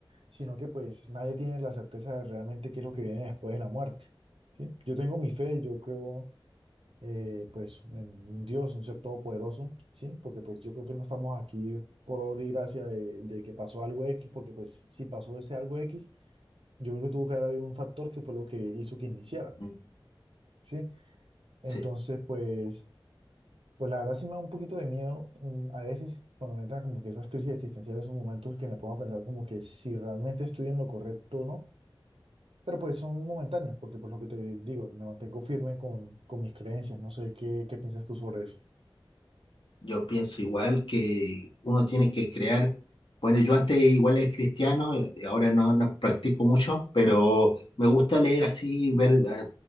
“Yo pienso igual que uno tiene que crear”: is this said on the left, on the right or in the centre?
Left